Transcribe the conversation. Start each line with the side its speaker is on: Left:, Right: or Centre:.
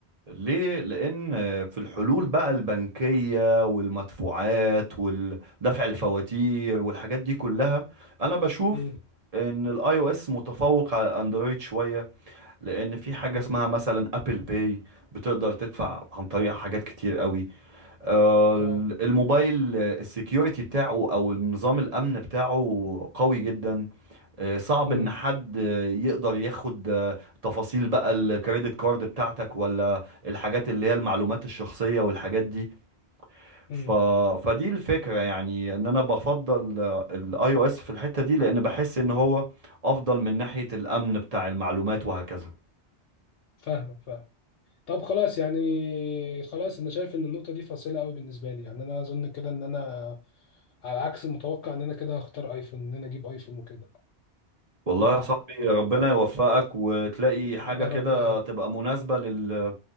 Right: ليه؟ لأن في الحلول بقى البنكية والمدفوعات ودفع الفواتير والحاجات دي كلها أنا بشوف
Left: امم
Right: إن الآي أو إس متفوق على الأندرويد شوية لأن في حاجة
Left: امم
Right: اسمها مثلا أبل باي بتقدر تدفع عن طريق حاجات كتير قوي آه،
Left: اه
Right: الموبايل السكيورتي بتاعه أو النظام الأمن بتاعه قوي جدا آه، صعب
Left: امم
Right: ان حد آه، يقدر ياخد آه، تفاصيل بقى الكريدت كارد بتاعتك ولا الحاجات اللي هي المعلومات الشخصية والحاجات دي
Left: امم
Right: ف... فدي الفكرة يعني ان انا بفضل الاي او اس في الحتة دي لان بحس ان هو افضل من ناحية الامن بتاع المعلومات وهكذا
Left: فاهمك فاهم طب خلاص يعني خلاص انا شايف ان النقطه دي فاصله قوي بالنسبه لي يعني انا اظن كده ان انا على عكس المتوقع ان انا كده هختار ايفون ان انا اجيب ايفون وكده
Right: والله
Left: ف
Right: يا صاحبي ربنا يوفقك وتلاقي حاجة
Left: يا
Right: كده
Left: رب يا
Right: تبقى مناسبة لل...